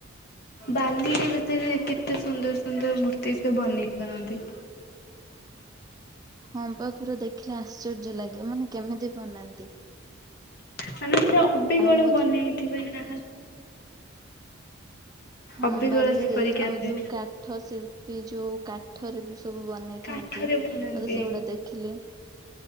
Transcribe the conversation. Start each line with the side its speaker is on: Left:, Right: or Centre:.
Left: ବାଲିରେ କେତେ ସୁନ୍ଦର ସୁନ୍ଦର ମୂର୍ତ୍ତି? ସେ ବନେଇ ପାରନ୍ତି।
Right: ହଁ ବା, ପୁରା ଦେଖିଲେ ଆଶ୍ଚର୍ଯ୍ୟ ଲାଗେ, ମାନେ କେମିତି ବନାନ୍ତି?
Left: ମାନେ ସେ ଅବିଗଳ
Right: ଆଉ ହଉଛି
Left: ବନେଇଥିବେ ନା?
Right: ହଁ,
Left: ଅବିକଳ
Right: ବାଲିରେ
Left: ସେ ପରିକା
Right: ଆଉ
Left: ଥାଏ।
Right: ଯୋଉ କାଠ ଶିଳ୍ପୀ, ଯୋଉ କାଠରେ ବି ସବୁ ବନ ବନେଇଥାନ୍ତି,
Left: କାଠରେ ବନାନ୍ତି
Right: ମତେ ସେଗୁଡା ଦେଖିଲେ